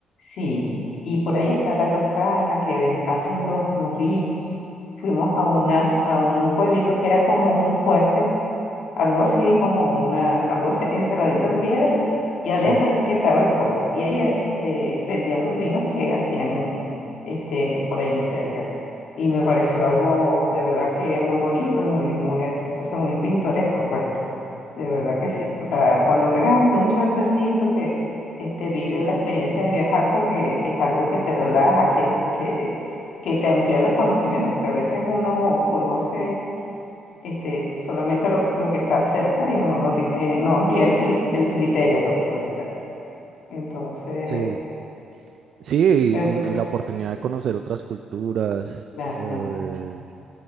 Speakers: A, on the left; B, on the right.
A: Sí, y por ahí está la Toscana que ven- hacen los, los vinos. Fuimos a unas, a un pueblito que era como un fuerte, algo así como una, algo se- encerradito en piedra, y
B: Sí.
A: adentro es que estaba el pueblo. Y ahí eh, este, vendían los vinos que hacían este, por allí cerca. Y me pareció algo de verdad que muy bonito y muy, muy, eh, o sea, muy pintoresco, pues. De verdad que sí. O sea, cuando tengas un chancecito que este, vive la experiencia de viajar porque es algo que te relaja, que, que, que te amplía los conocimientos, porque a veces uno conoce este, solamente lo, lo que está cerca y no, no tiene, no amplía el, cri- el criterio, pues, por decirlo así. Entonces,
B: Sí. Sí,
A: me,
B: y, y la oportunidad de conocer otras culturas,
A: claro.
B: eh,